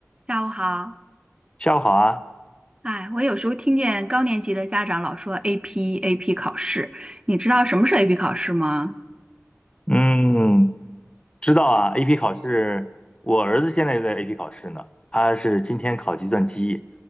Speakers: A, on the right; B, on the left.
A: 下午好，
B: 下午好啊，
A: 哎，我有时候听见高年级的家长老说 AP AP 考试，你知道什么是 AP 考试吗？
B: 嗯，知道啊，AP 考试，我儿子现在也在 AP 考试呢，他是今天考计算机，